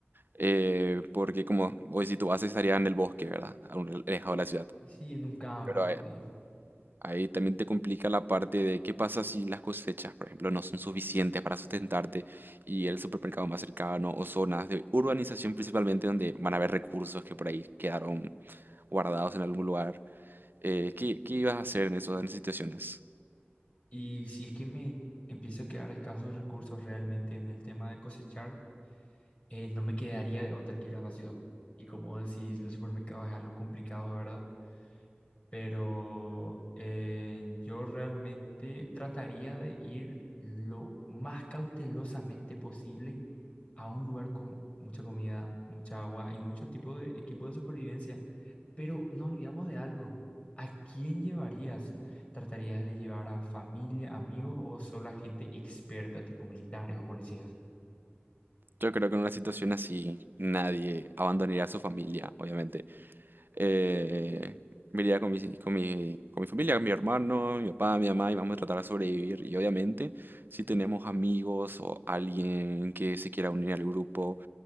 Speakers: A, on the right (about 50°); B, on the left (about 30°).
A: eh, porque como hoy si tú haces estaría en el bosque, ¿verdad? A un alejado de la ciudad.
B: Sí, en un campo
A: Pero
B: por
A: ahí,
B: ahí.
A: ahí también te complica la parte de qué pasa si las cosechas, por ejemplo, no son suficientes para sustentarte y el supermercado más cercano o zonas de urbanización principalmente donde van a haber recursos que por ahí quedaron guardados en algún lugar. Eh, ¿qué, qué ibas a hacer en eso, en esas situaciones?
B: Y si es que me empiezo a quedar escasos recursos realmente en el tema de cosechar, eh, no me quedaría de otra que ir a la ciudad. Y como decís, los supermercados es algo complicado, ¿verdad? Pero eh, yo realmente trataría de ir lo más cautelosamente posible a un lugar con mucha comida, mucha agua y mucho tipo de equipo de supervivencia. Pero no olvidamos de algo. ¿A quién llevarías? ¿Tratarías de llevar a familia, amigos o solo a gente experta, tipo militares o policías?
A: Yo creo que en una situación así nadie abandonaría a su familia, obviamente. Eh, me iría con mi, con mi, con mi familia, con mi hermano, mi papá, mi mamá, y vamos a tratar de sobrevivir. Y obviamente, si tenemos amigos o alguien que se quiera unir al grupo,